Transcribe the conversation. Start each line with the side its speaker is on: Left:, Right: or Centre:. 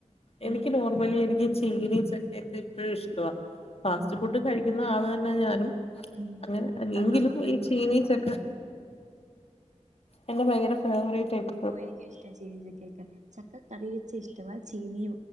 Left: എനിക്ക്
Right: ഉം
Left: അത് പോലെ എനിക്ക് ചീനി ചക്കയൊക്കെ ഇപ്പോഴും ഇഷ്ട വാ, ഫാസ്റ്റ്
Right: ആഹ്
Left: ഫുഡ് കഴിക്കുന്ന ആള് തന്നെ ഞാനും.
Right: ഉം
Left: അങ്ങനെ
Right: അത്
Left: എങ്കിലും
Right: നമ്മക്കൊരു
Left: ഈ ചീനീ,
Right: മിസ്
Left: ചക്ക എന്റെ ഭയങ്കര
Right: എനിക്ക്
Left: ഫേവറേറ്റ് ആയിപ്പോവും
Right: ഓ എനിക്കും ഇഷ്ട ചീനീം ചക്കയൊക്കെ. ചക്കക്കറി വെച്ച് ഇഷ്ടവാ, ചീനി